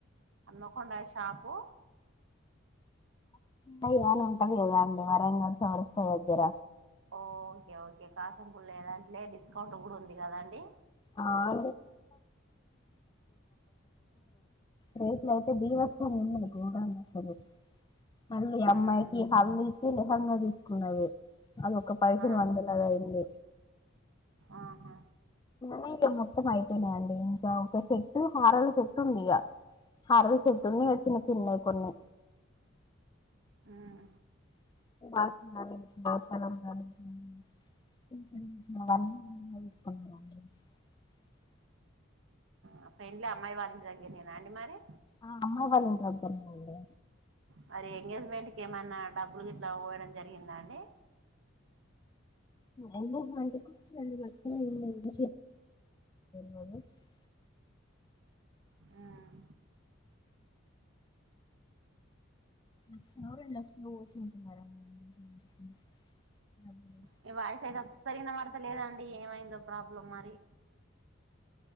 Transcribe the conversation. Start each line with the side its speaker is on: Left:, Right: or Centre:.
Right: నకుండాయి షాపు
Left: కు ఇలాని ఉంటాదా అండి వరంగల్ చౌరస్తా దగ్గర
Right: ఓకే ఓకే కాసంపుళ ఏదంటలే డిస్కౌంట్ కూడా ఉంది కదా అండి.
Left: ఆ <unintelligible> <inaudible> రేట్లో అయితే బీభత్సంగా ఉన్నాయి <inaudible> మళ్ళీ
Right: ఉమ్,
Left: అమ్మాయికి హల్లేకి లేహంగా తీసుకున్నది. అదొక పదిహేను
Right: ఆ
Left: వందలు అయింది.
Right: ఆహా!
Left: నే ఇక మొత్తం అయిపోయినాయండి. ఇంకా ఒక సెట్ హారల సెట్ ఉంది ఇగ ఆ రోజు పొద్దున్నే చిన్న చిన్నయి కొన్ని
Right: ఉమ్,
Left: సన <unintelligible> హు <unintelligible>
Right: ఆ పెండ్లీ అమ్మాయి వాల్లింటి దగ్గర నేనా అండి మరి
Left: ఆ అమ్మాయి వాళ్ళ ఇంటి దగ్గర్నే అండి
Right: మరి ఎంగేజ్మెంట్ కె ఏమైన్నా డబ్బులు గిట్ల పోయడం జరిగిందా అండి
Left: ఎంగేజ్మెంట్ కు రెండు రోజులు <unintelligible>
Right: ఉమ్,
Left: లక్ష న రెండు లక్ష పోస్తున్నారు మ <unintelligible>
Right: మీ వాయిస్ అయితే అస్సలు వినబడత లేదు అండి ఏమైందో ప్రాబ్లం మరి